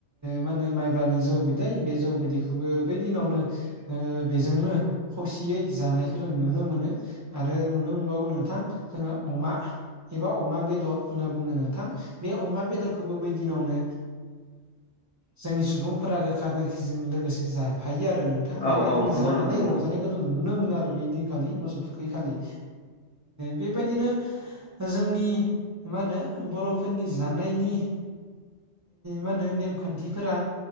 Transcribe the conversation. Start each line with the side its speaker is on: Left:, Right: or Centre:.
Right: मा होनो माइब्रानि जौ बिदि दैै बे जौ बिदैखौबो बै दिनावनो बेजोंनो खौसेयै जानायखौ जों नुनो मोनो। आरो नुनो मोनबावौ नोंथां जोंहा अमा एबा अमा बेदर होनना बुङो नोंथां बे अमा बेदरखौबो बै दिनावनो जोंनि सुबुंफोरा गो खा गोखिजों लोगोसे जाफायो आरो नोंथां बेबायदिनो
Left: औ औ नंगौ
Right: जानानै
Left: नोंथां नंगौ
Right: रंजानाय जों नुनो मोनो आरो बै दिनखालि मोसौ थुखैखालि बेबायदिनो जोंनि मा होनो बर'फोरनि जानायनि मा होनो नेमखान्थिफोरा